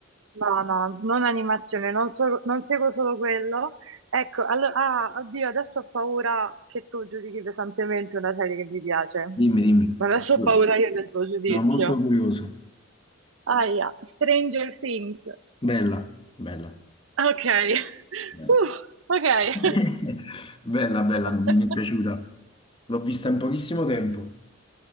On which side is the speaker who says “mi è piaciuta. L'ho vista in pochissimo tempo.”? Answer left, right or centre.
Left